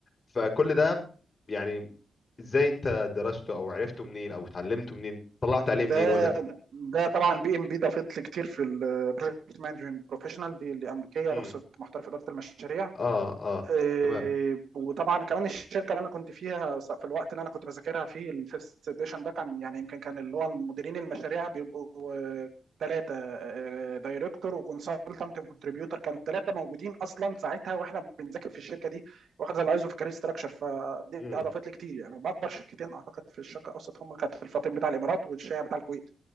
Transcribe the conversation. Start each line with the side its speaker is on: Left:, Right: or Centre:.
Left: فكل ده يعني ازاي انت درسته او عرفته منين او اتعلمته منين طلعت عليه منين
Right: ده
Left: ولا ك...
Right: ده طبعا بي ام بي ده فضل كتير في البروجكت مانجمنت بروفيشنال دي اللي امريكيه
Left: امم
Right: رخصه محترف اداره المشاريع
Left: اه اه
Right: إيه،
Left: تمام
Right: وطبعا كمان الشركه اللي انا كنت فيها س- في الوقت اللي انا كنت بذاكرها فيه الفيفث اديشن ده كان يعني يمكن كان اللي هو مديرين المشاريع بيبقوا ثلاثه دايركتور وكونسلتنت وكونتريبيوتر كانوا الثلاثه موجودين اصلا ساعتها واحنا بنذاكر في الشركه دي واخده الايزو في كارير ستراكشر فدي
Left: امم
Right: اضافت لي كتير يعني هم اكبر شركتين اعتقد في الشرق الاوسط هم كانت الفاطم بتاع الامارات والشيعه بتاع الكويت